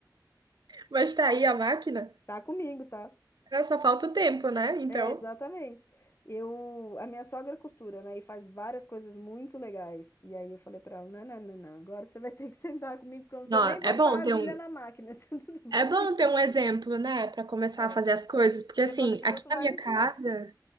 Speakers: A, on the right; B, on the left.
A: Mas tá aí a máquina.
B: Tá comigo, tá?
A: Ah, Só falta o tempo, né? Então.
B: É, exatamente. Eu, a minha sogra costura, né? E faz várias coisas muito legais. E aí eu falei pra ela, não, não, não, não. Agora você vai ter que <laughs> sentar comigo, porque eu não
A: Não,
B: sei nem botar
A: é bom
B: a agulha
A: ter um,
B: na máquina. <laughs> Então tu
A: é
B: vai
A: bom
B: me
A: ter
B: ensinar.
A: um exemplo, né, Pra começar
B: É.
A: a fazer as coisas, porque
B: E
A: assim,
B: eu falei, então
A: aqui
B: tu
A: na
B: vai
A: minha
B: me ensinar.
A: casa